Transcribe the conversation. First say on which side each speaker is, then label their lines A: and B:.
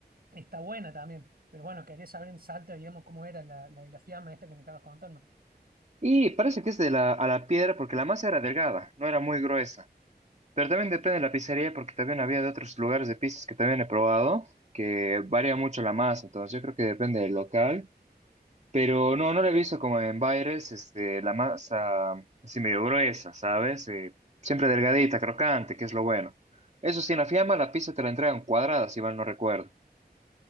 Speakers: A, on the right; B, on the right.
A: Está buena también. Pero bueno, quería saber en Salta, digamos, cómo era la, la de la fiamma esta que me estabas contando.
B: Y parece que es de la, a la piedra porque la masa era delgada, no era muy gruesa. Pero también depende de la pizzería porque también había de otros lugares de pizzas que también he probado, que varía mucho la masa. Entonces yo creo que depende del local. Pero no, no la he visto como en Baires, este, la masa así medio gruesa, ¿sabes? Eh, siempre delgadita, crocante, que es lo bueno. Eso sí, en la fiamma la pizza te la entregan cuadrada, si mal no recuerdo.